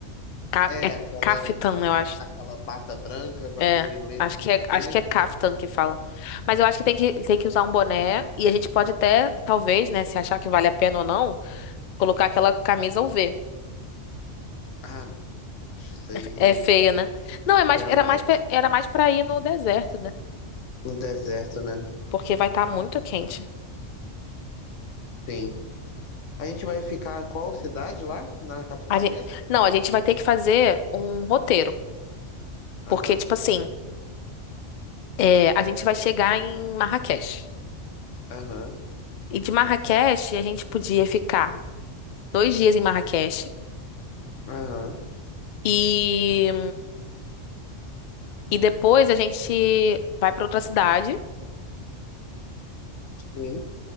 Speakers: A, on the left; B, on the left.
A: Ca-
B: É,
A: É
B: aquela
A: Kaftan, eu acho.
B: aquela bata branca com
A: É.
B: aquele lenço
A: Acho que
B: na
A: é,
B: cabeça.
A: acho que é Kaftan que fala. Mas eu acho que tem que, tem que usar um boné. E a gente pode até, talvez, né, se achar que vale a pena ou não, colocar aquela camisa UV.
B: Ah, não. Acho isso aí
A: É feia, né? Não, é mais,
B: é a
A: era
B: mais.
A: mais, pe- era mais pra ir no deserto, né?
B: No deserto, né?
A: Porque vai estar muito quente.
B: Sim. A gente vai ficar qual cidade lá? Na capital
A: A gente,
B: mesmo?
A: não, a gente vai ter que fazer um roteiro.
B: Aham,
A: Porque, tipo assim, é, a gente vai chegar em Marrakech.
B: aham,
A: E de Marrakech, a gente podia ficar. dois dias em Marrakech.
B: aham.
A: E, e depois a gente vai pra outra cidade.
B: Sim.